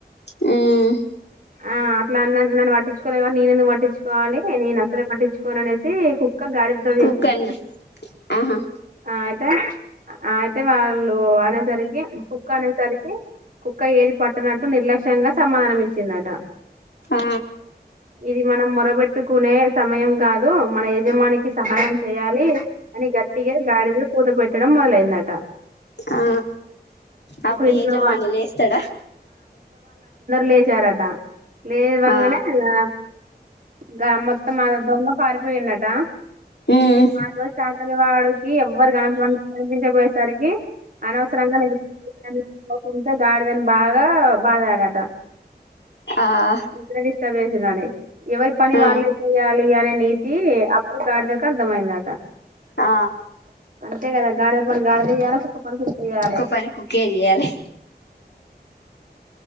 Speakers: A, on the left (about 80°); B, on the right (about 50°).
A: మ్మ్
B: ఆ అట్లన్నది. నన్ను పట్టించుకోలేదు కాబట్టి నేనెందుకు పట్ పట్టిచ్చుకోవాలి నేనసలే పట్టిచ్ కోననేసి కు క్క గాడిదతో
A: కుక్
B: చెప్పిందట
A: అని ఆహా
B: ఆ తె అయితే వాళ్ళు అనేసరికి, కుక్క అనేసరికి, కుక్క ఏది పట్టనట్టు నిర్లక్ష్యంగా సమాధానం ఇచ్చిందట.
A: ఆ
B: ఇది మనం మొరబెట్టుకునే సమయం. కాదు మన యజమానికి సహాయం చెయాలి అని గట్టిగా గాడిద కూతబెట్ ట్టడం మొదలయిందట.
A: ఆ అప్పుడు
B: ఇంట్లో
A: యజమాని
B: వాళ్ళ
A: లేస్తాడా?
B: లెచారట. లేవంగనే
A: ఆ
B: ఇంగ గా మొత్తం ఆ దొంగం పోయిన్నటా
A: మ్మ్
B: వాని కూడా చాకల వాడికి ఎవ్వరు కనపడని కనిపించబోయేసరికి అనవసరంగా <unintelligible> నవ్కుంట గాడిదని బాగ తో బాదాడట.
A: ఆ
B: నిద్ర డిస్టర్బ్ చెయ్ సిందని ఎవరి పని
A: ఆ
B: వాళ్ళే చేయాలి అనే నీ కి అప్పుడు గాడిద కి అర్థమయిందట.
A: ఆ
B: తె కద గాడ పని గాడిద చెయ్యాలా కుక్క పని కుక్క చేయాలె.
A: పని కుక్కే చేయాలి